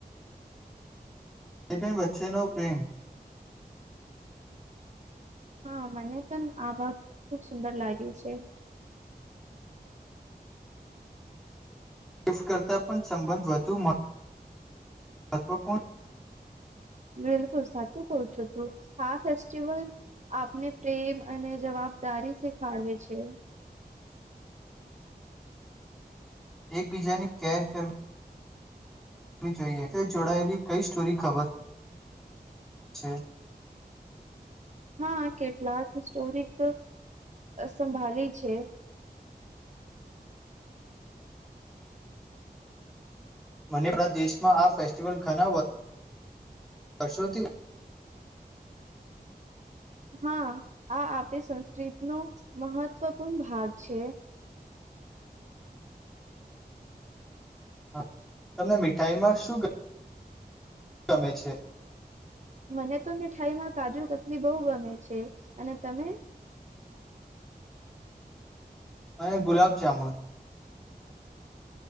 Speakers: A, in the centre; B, on the right.
A: એબેન વચ્ચેનો પ્રેમ
B: હા મને પણ આ ભાગ ખુબ સુંદર લાગ્યું છે
A: ગિફ્ટ કરતાં પણ સંબંધ વધુ મહત્વપૂર્ણ
B: બિલકુલ સાચું કઉ છું તું આ ફેસ્ટિવલ આપને પ્રેમ અને જવાબદારી શીખાડવે છે
A: એકબીજાને કેર કર હોવી જોઈએ તે જોડાયેલી કઈ સ્ટોરી ખબર છે
B: હા કેટલાક હિસ્ટોરિક સંભાળી છે
A: મને આપણા દેશમાં આ ફેસ્ટિવલ ઘણા વર્ષોથી
B: હા આ આપણી સંસ્કૃતિનોો મહત્વપૂર્ણ ભાગ છે
A: હા તમને મીઠાઈ માં શું કર ગમે છે
B: મને તો મીઠાઈમાં કાજુ કતલી બહુ ગમે છે અને તમે
A: અને ગુલાબ જામુન